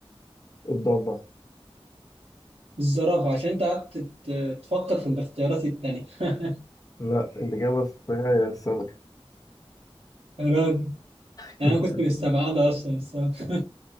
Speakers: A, on the left; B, on the right.
A: الضبع
B: الزرافة عشان انت قعدت تت- تفكر في الاختيارات التانية <laughs>
A: لا الإجابة الصحيحة هي السمكة
B: يا راجل
A: كده
B: انا كنت مستبعدة اصلا السمك